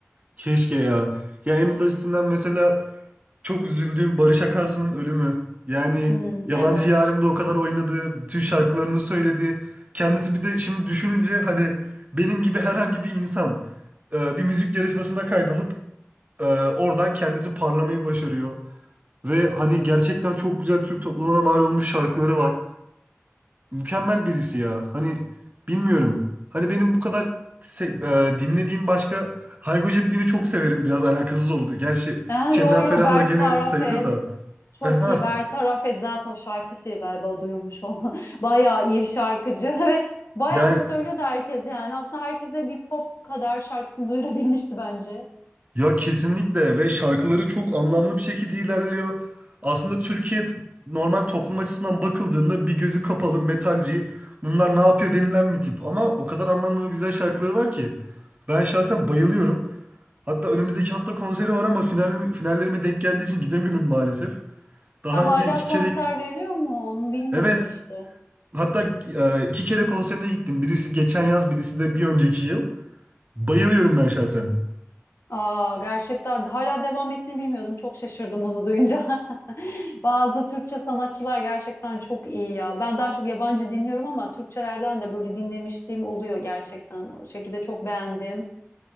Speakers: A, on the right; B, on the left.
A: Keşke ya. Ya en basitinden mesela çok üzüldüğüm Barış Akarsu'nun ölümü. Yani
B: Hmm,
A: Yalancı
B: evet.
A: Yarim'de o kadar oynadı, bütün şarkılarını söyledi. Kendisi bir de şimdi düşününce hani benim gibi herhangi bir insan e, bir müzik yarışmasına kaydolup e, oradan kendisi parlamayı başarıyor. Ve hani gerçekten çok güzel Türk toplumuna mal olmuş şarkıları var. Mükemmel birisi ya. Hani bilmiyorum. Hani benim bu kadar se- e, dinlediğim başka Hayko Cepkin'i çok severim. Biraz alakasız oldu. Gerçi
B: Ha,
A: Şebnem
B: yo yo
A: Ferah'la
B: Bertaraf
A: gene sayılır
B: et.
A: da.
B: Çok
A: Aha,
B: iyi. Bertaraf et zaten o şarkısıyla galiba duyulmuş olma. <laughs> Bayağı iyi bir şarkıcı <laughs> ve bayağı
A: yani
B: da söylüyordu herkes yani. Aslında herkese bir pop kadar şarkısını duyurabilmişti bence.
A: ya kesinlikle ve şarkıları çok anlamlı bir şekilde ilerliyor. Aslında Türkiye t- normal toplum açısından bakıldığında bir gözü kapalı metalci bunlar ne yapıyor denilen bir tip. Ama o kadar anlamlı ve güzel şarkıları var ki ben şahsen bayılıyorum. Hatta önümüzdeki hafta konseri var ama final, finallerime denk geldiği için gidemiyorum maalesef. Daha
B: Ha,
A: önce
B: hala
A: iki
B: konser
A: kere
B: veriyor mu? Onu bilmiyordum
A: evet
B: işte.
A: hatta e, iki kere konserine gittim. Birisi geçen yaz birisi de bir önceki yıl. Bayılıyorum ben şahsen.
B: Aa, gerçekten hala devam ettiğini bilmiyordum. Çok şaşırdım onu duyunca. <laughs> Bazı Türkçe sanatçılar gerçekten çok iyi ya. Ben daha çok yabancı dinliyorum ama Türkçelerden de böyle dinlemişliğim oluyor gerçekten. O şekilde çok beğendim.